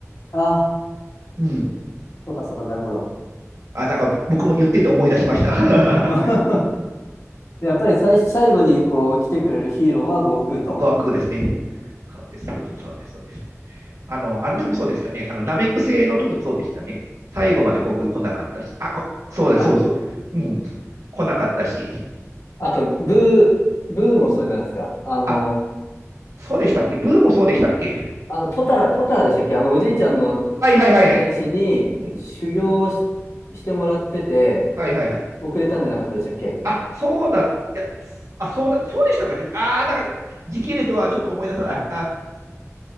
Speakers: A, on the left (about 70°); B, on the right (about 80°).
A: あ
B: うん。
A: そうかそうか、なるほど。
B: あ、なんか僕も言ってて思い出しました。
A: <laughs> やっぱり最、最後にこう来てくれるヒーローは悟空と。
B: <laughs> 語ーですね。そうです、そうです、そうです。あの、あの時もそうですよね。あの、ナメック星の時もそうでしたよね。最後まで国来なかったし、あ、そうだ、
A: あ、
B: そうそう。うん、来なかったし。
A: あと、ブー、ブーもそうじゃないですか。あの、
B: あ、そうでしたっけブーもそうでしたっけ
A: あの、ポタラ、ポタラでしたっけあの、おじいちゃんの
B: はいはいはいはい。
A: 戦士に修行し、
B: うん、
A: してもらってて、
B: はいはいはい。
A: 遅れたんじゃなかったでしたっけ
B: あ、そうだ、いや、あ、そうだ、そうでしたかね。ああ、だから、時系列はちょっと思い出さない。
A: あ、
B: あ、